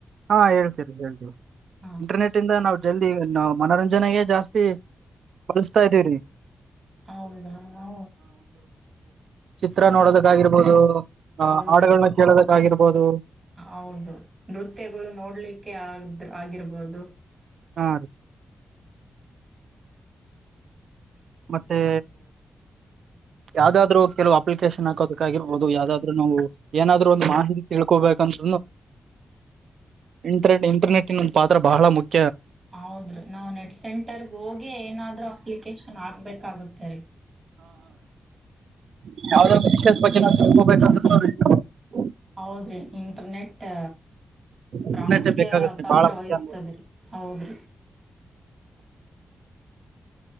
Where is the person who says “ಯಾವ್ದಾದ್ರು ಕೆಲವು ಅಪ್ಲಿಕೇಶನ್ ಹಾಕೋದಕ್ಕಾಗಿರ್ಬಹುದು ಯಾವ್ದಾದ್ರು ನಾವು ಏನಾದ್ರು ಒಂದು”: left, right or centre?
Right